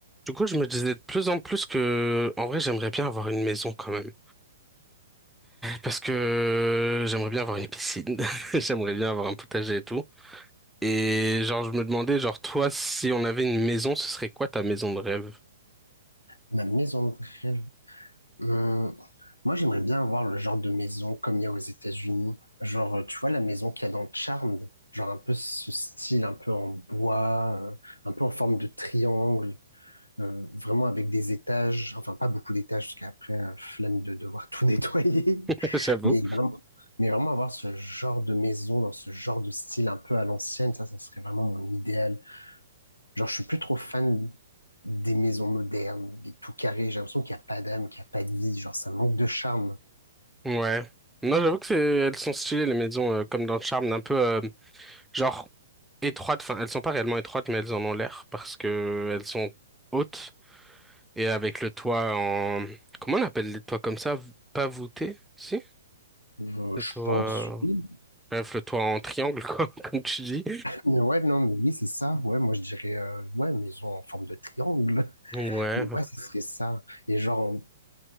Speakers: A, in the centre; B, on the left (about 80°).
A: Du coup, je me disais de plus en plus que, en vrai, j'aimerais bien avoir une maison quand même. Parce que j'aimerais bien avoir une piscine, <laughs> j'aimerais bien avoir un potager et tout. Et genre, je me demandais, genre, toi, si on avait une maison, ce serait quoi ta maison de rêve?
B: Ma maison de rêve. hum, Moi, j'aimerais bien avoir le genre de maison comme il y a aux États-Unis. Genre, euh, tu vois, la maison qu'il y a dans Charmed. Genre, un peu ce style, un peu en bois, euh, un peu en forme de triangle. euh, vraiment avec des étages. Enfin, pas beaucoup d'étages, parce qu'après, euh, flemme de devoir tout <laughs> nettoyer.
A: <laughs> J'avoue.
B: Mais vraiment, mais vraiment avoir ce genre de maison dans ce genre de style un peu à l'ancienne, ça, ça serait vraiment mon idéal. Genre, je suis plus trop fan des maisons modernes, des tout carrés. J'ai l'impression qu'il n'y a pas d'âme, qu'il n'y a pas de vie. Genre, ça manque de charme.
A: Ouais. Non, j'avoue que c'est, elles sont stylées, les maisons, euh, comme dans Charmed, un peu, euh, genre, étroites. Enfin, elles sont pas réellement étroites, mais elles en ont l'air parce que elles sont hautes et avec le toit en, comment on appelle les toits comme ça? Pas voûté, si?
B: Euh,
A: Le
B: je
A: toit,
B: pense,
A: euh,
B: oui.
A: Bref, le toit en triangle, quoi, <laughs> comme tu dis.
B: Mais ouais, non, mais oui, c'est ça. Ouais, moi, je dirais, euh, ouais, maison en forme de triangle.
A: Ouais,
B: Mais ouais, ce serait ça. Et genre,